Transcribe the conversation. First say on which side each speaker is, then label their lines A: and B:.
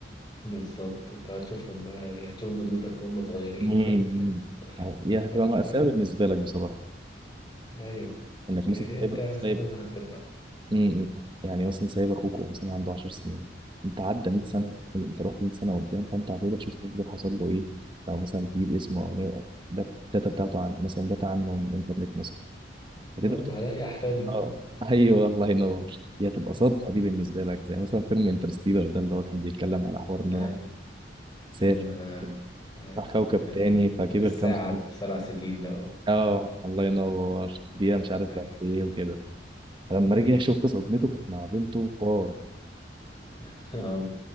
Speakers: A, on the left; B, on the right.
A: بالظبط انت هتشوفهم بقى ايه، هتشوف جدودك وهم صغيرين
B: امم
A: <laughs> وبتاع
B: يعني
A: فعارف
B: هتبقى مأساة بالنسبة لك بصراحة
A: ايوه
B: انك
A: يعني
B: مثلا سايب
A: انت اساسا
B: سايب
A: هتبقى
B: م- م. يعني مثلا سايب اخوك وهو مثلا عنده 10 سنين انت عدى 100 سنه
A: قول
B: انت رحت 100 سنه قدام فانت هتقدر تشوف أخوك ده حصل له ايه لو مثلا تجيب اسمه او نو- ده- داتا بتاعته عن مثلا داتا عنه من الانترنت مثلا فتقدر
A: اه
B: تقول
A: هلاقي احفاده اه
B: اه ايوه
A: <laughs>
B: الله ينور دي هتبقى صدمه
A: مم.
B: دي بالنسبه لك زي مثلا فيلم انترستيلر ده اللي هو كان بيتكلم على حوار انه
A: أيوة
B: سافر
A: أيوة أيوة
B: راح كوكب
A: ال-
B: تاني فكبر
A: الساعة
B: كام سنه
A: بسبع سنين ده أه <laughs>
B: اه
A: مم.
B: الله ينور دقيقه مش عارف
A: أيوة
B: بقى ايه وكده فلما
A: أيوة
B: رجع شفت صدمته كانت مع بنته حوار
A: <laughs> أه